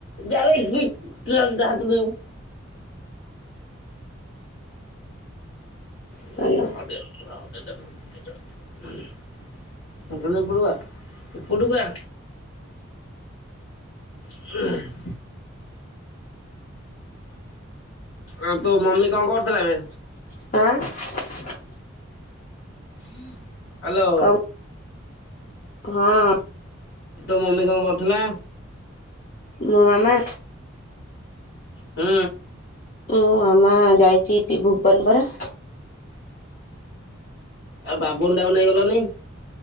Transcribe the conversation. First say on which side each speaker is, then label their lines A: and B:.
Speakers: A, on the left; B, on the left.
A: ଯାବେ ଗି ଯା ହାତ ଧୋଇ ହବୁ। <unintelligible>
B: ହେଲା।
A: ଏପଟକୁ ଆ। <unintelligible> ଆଉ ତୋ ମମି କ'ଣ କରୁଥିଲା ବେ?
B: ଆଁ <inaudible>
A: ହ୍ୟାଲୋ।
B: କଣ ହଁ।
A: ତୋ ମମି କ'ଣ କରୁଥିଲା?
B: ମୋ ମାମା।
A: ହୁଁ।
B: ମୁଁ ମାମା ଯାଇଛି ଭୁବନ ପରା।
A: ଆଉ ବାବୁନଟା କୁ ନେଇ ଗଲନି।